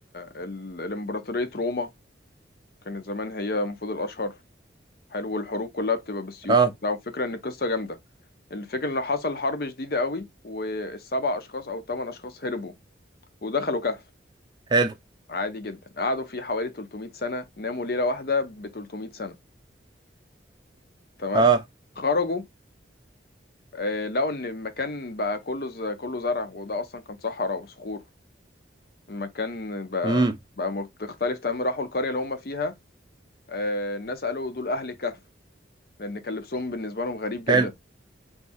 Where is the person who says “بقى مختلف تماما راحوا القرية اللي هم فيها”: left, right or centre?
Left